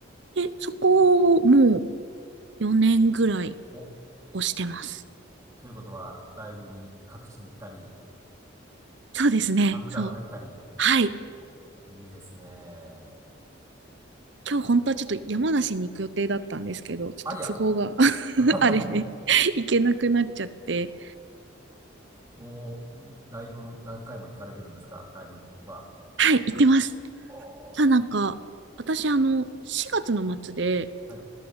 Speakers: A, on the right (about 60°); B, on the right (about 15°).
A: で、そこをもう4年ぐらい
B: お、
A: 押してます。
B: ということは、ライブに各地に行ったり、
A: そうですね。
B: ファンクラブ入ったり、
A: そう。はい。
B: おいいですね。ちょっと、
A: 今日本当はちょっと山梨に行く予定だったんですけど、ちょっと都合が
B: ありゃ
A: <laughs>
B: <laughs>
A: あれで行けなくなっちゃって。
B: もう、ライブ何回も行かれてるんですかライブは。
A: はい、行ってます。
B: おー
A: ただなんか、私あの、4月の末で
B: はい。